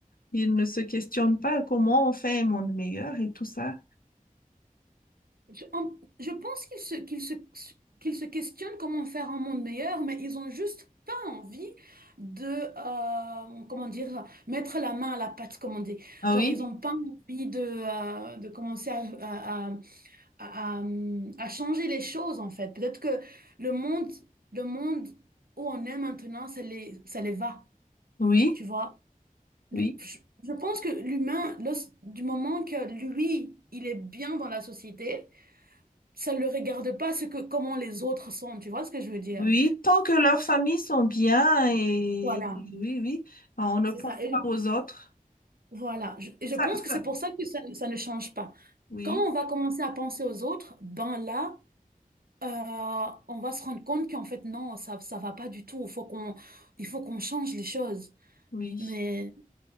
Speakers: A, on the left; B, on the right.
A: il ne se questionne pas comment on fait un monde meilleur et tout ça.
B: Je, en- je pense qu'ils se, qu'ils se, qu'ils se questionnent comment faire un monde meilleur, mais ils ont juste pas envie de, euh, comment dire, mettre la main à la pâte, comme on dit.
A: Ah
B: Genre,
A: oui,
B: ils ont pas envie de, euh, de commencer à, à- à à, à- à changer les choses en fait. Peut-être que le monde, le monde où on est maintenant, ça les, ça les va,
A: oui,
B: tu vois. Le-
A: oui.
B: Je, je pense que l'humain, lors- du moment que lui, il est bien dans la société, ça ne le regarde pas ce que, comment les autres sont, tu vois ce que je veux dire?
A: Oui, tant que leurs familles sont bien et
B: Voilà,
A: oui, oui, on ne
B: c'est
A: pense
B: ça. Et
A: pas
B: je,
A: aux autres.
B: voilà, Je- et je
A: Ça-
B: pense que
A: ça-
B: c'est pour ça que ça, ça ne change pas.
A: Oui,
B: Quand on va commencer à penser aux autres, ben là, Euh, on va se rendre compte qu'en fait, non, ça, ça va pas du tout. Il faut qu'on, il faut qu'on change les choses.
A: oui.
B: Mais